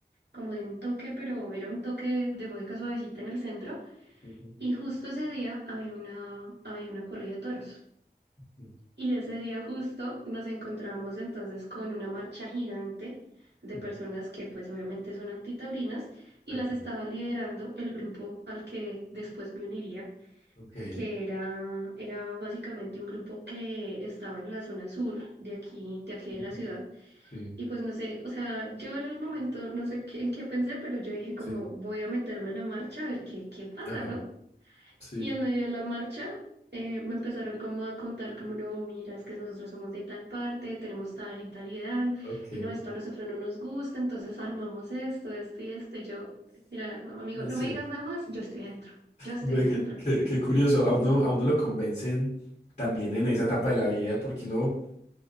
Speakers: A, on the right; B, on the left.
A: como de un toque, pero era un toque de música suavecita en el centro.
B: ujú,
A: Y justo ese día había una, había una corrida de toros.
B: ujú,
A: Y ese día justo nos encontramos entonces con una marcha gigante de
B: ujú,
A: personas que pues obviamente son antitaurinas y
B: Ok,
A: las estaba liderando el grupo al que después me uniría,
B: ok,
A: que era, era básicamente un grupo que estaba en la zona sur de aquí, de aquí
B: ujú,
A: de la ciudad.
B: Sí,
A: Y pues no sé, o sea, yo en el momento no sé qué- en qué pensé, pero yo dije como
B: Sí.
A: voy a meterme en la marcha a ver qué, qué pasa,
B: Ajá.
A: ¿no?
B: sí,
A: Y en medio de la marcha eh, me empezaron como a contar como, no, mira, es que nosotros somos de tal parte, tenemos tal y tal y tal,
B: ok.
A: y no, esto a nosotros no nos gusta, entonces armamos esto, esto y esto, y yo, mira, amigo,
B: Ya
A: no
B: sé.
A: me digas nada más, yo estoy adentro, yo estoy
B: Ve,
A: adentro.
B: Qué, qué- qué curioso, a uno, a uno lo convencen también en esa etapa de la vida, porque uno,